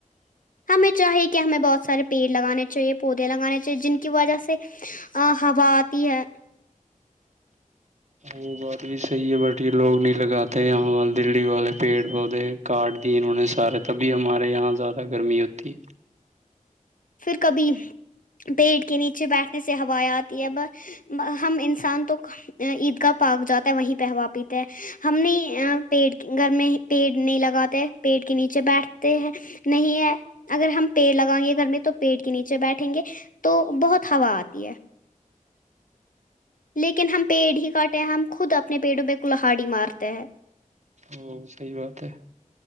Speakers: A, on the left; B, on the right.
A: ہمیں چاہیے کہ ہمیں بہت سارے پیڑ لگانے چاہیے پودے لگانے چاہیے جن کی وجہ سے آ ہا آتی ہے
B: وہ بات بھی صحی ہے بٹ یہ لوگ نہیں لگاتے یہاں وال دلی والے پیڑ پودے کاٹ دی انہوں نے سارے تبھی ہمارے یہاں زیادہ گرمی ہوتی ہے
A: پھر کبھی پیٹ کے نیچے بیٹھنے سے ہوائیں آتی ہے ب ہم انسان تو عیدگاہ پاک جاتا ہے وہیں پہوا پیتے ہیں ہم نہیں پیڑ گھر میں پیڑ نہیں لگاتے پیڑ کے نیچے بیٹھتے ہیں نہیں ہے اگر ہم پیڑ لگائیں گے گھر میں تو پیٹ کے نیچے بیٹھیں گے تو بہت ہوا آتی ہے لیکن ہم پیڑ ہی کاٹے ہیں ہم خود اپنے پیڑوں پ کلہہاڑی مارتے ہیں
B: ہ صحیح بات ہے